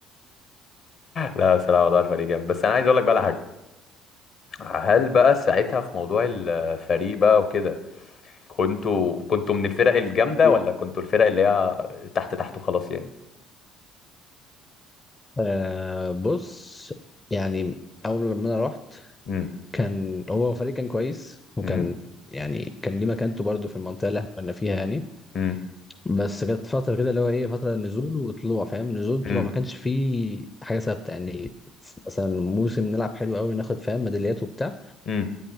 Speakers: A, on the left; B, on the left.
A: لا بصراحه موضوع الفريق جامد بس انا عايز اقول لك بقى على حاجه هل بقى ساعتها في موضوع الفريق بقى وكده كنتوا كنتوا من الفرق الجامدة
B: مم.
A: ولا كنتوا الفرق اللي هي تحت تحت وخلاص يعني
B: آه بص يعني اول لما انا رحت
A: امم
B: كان هو فريق كان كويس وكان
A: امم
B: يعني كان ليه مكانته برضه في المنطقه اللي احنا كنا فيها يعني
A: امم
B: بس جت فتره كده اللي هو ايه فتره نزول وطلوع فاهم نزول
A: امم
B: طلوع ما كانش فيه حاجه ثابته يعني مثلا موسم نلعب حلو قوي ناخد فاهم ميداليات وبتاع
A: امم